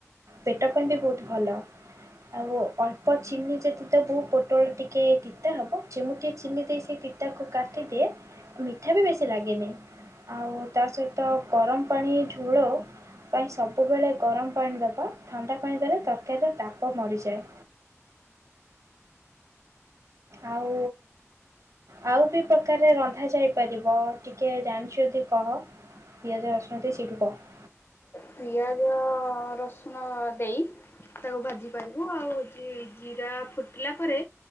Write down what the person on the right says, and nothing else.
ପେଟ ପାଇଁ ବି ବହୁତ ଭଲ ଆଉ ଅଳ୍ପ ଚିନି ଯଦି ଦବୁ ପୋଟଳ ଟିକେ ତିତା ହବ ଯେମଁଟେ ଚିନି ଦେଇ ସେ ତିତାକୁ କାଟିଦିଏ ମିଠା ବି ବେଶୀ ଲାଗେନି ଆଉ ତା ସହିତ ଗରମ ପାଣି ଝୋଳ ପାଇଁ ସବୁବେଳେ ଗରମ ପାଣି ଦେବା ଥଣ୍ଡା ପାଣି ଦେଲେ ତରକାରୀର ତାପ ମରିଯାଏ। ଆଉ। ଆଉ ବି ପ୍ରକାରରେ ରନ୍ଧା ଯାଇପାରିବ। ଟିକେ ଜାଣିଛ ଯଦି କହ। ପିଆଜ, ରସୁଣ ଦେଇ ସେଇଠୁ କଣ?